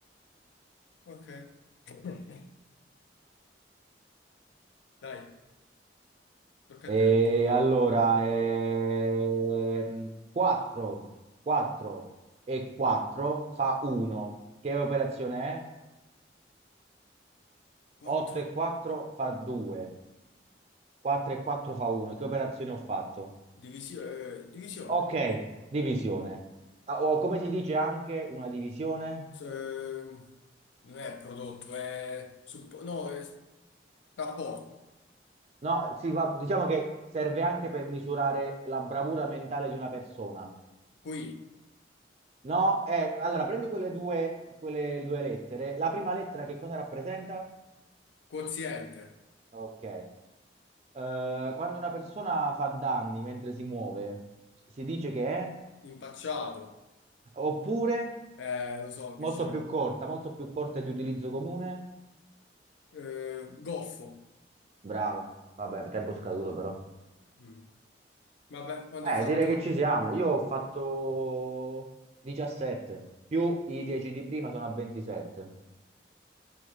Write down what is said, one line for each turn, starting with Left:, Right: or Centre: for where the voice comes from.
Left: Ok. <laughs> Dai, tocca
Right: E
Left: a te, l'ultimo turno.
Right: allora, ehm, 4, 4 e 4 fa 1. Che operazione è?
Left: 4.
Right: 8 e 4 fa 2. 4 e 4 fa 1. Che operazione ho fatto?
Left: Divisione. divisione.
Right: Ok, divisione. Ah, o come si dice anche una divisione?
Left: S- ehm, non è prodotto, è, suppo- no, è rapporto.
Right: No, si va- diciamo che serve anche per misurare la bravura mentale di una persona.
Left: Qui,
Right: No, Eh, allora prendi quelle due, quelle due lettere. La prima lettera che cosa rappresenta?
Left: quoziente,
Right: Ok. Eh, quando una persona fa danni mentre si muove, si dice che è?
Left: impacciato.
Right: Oppure,
Left: Eh, lo so
Right: molto
Left: che ce
Right: più
Left: n'è.
Right: corta, molto più corta di utilizzo comune?
Left: Eh, goffo.
Right: Bravo. Vabbè, tempo scaduto però.
Left: Mm. Vabbè, quanto
Right: Eh,
Left: hai fatto?
Right: direi che ci siamo. Io ho fatto 17, più i 10 di prima sono a 27.